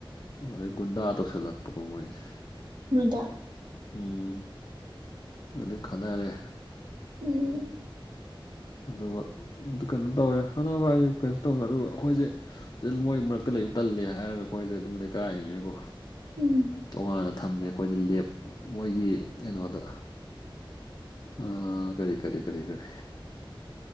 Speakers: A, on the left; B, on the right.
A: ꯑꯗꯩ ꯒꯨꯟꯗꯥ ꯇꯧꯁꯤꯜꯂꯛꯄꯀꯣ ꯃꯣꯏꯁꯦ
B: ꯅꯨꯣꯏꯗ
A: ꯎꯝ ꯑꯗꯨꯩ ꯈꯟꯅꯔꯦ
B: ꯎꯝ
A: ꯑꯗꯨꯒ ꯀꯩꯅꯣ ꯇꯧꯔꯦ ꯈꯪꯅꯕ ꯍꯥꯏꯁꯦ ꯀꯩꯅꯁꯨ ꯇꯧꯈ꯭ꯔꯦ ꯑꯗꯨꯒ ꯑꯩꯈꯣꯏꯁꯦ ꯁꯤꯗ ꯃꯣꯏ ꯃꯔꯛꯇ ꯂꯩ ꯇꯜꯂꯦ ꯍꯥꯏꯔꯒ ꯑꯩꯈꯣꯏꯁꯦ ꯑꯗꯨꯝ ꯂꯩꯀꯥꯏꯔꯤꯅꯦꯕꯣ
B: ꯎꯝ
A: ꯇꯣꯉꯥꯟꯅ ꯊꯝꯃꯦ ꯑꯩꯈꯣꯏꯁꯦ ꯂꯦꯞ ꯃꯣꯏꯒꯤ ꯀꯩꯅꯣꯗ ꯥ ꯀꯔꯤ ꯀꯔꯤ ꯀꯔꯤ ꯈꯔꯤ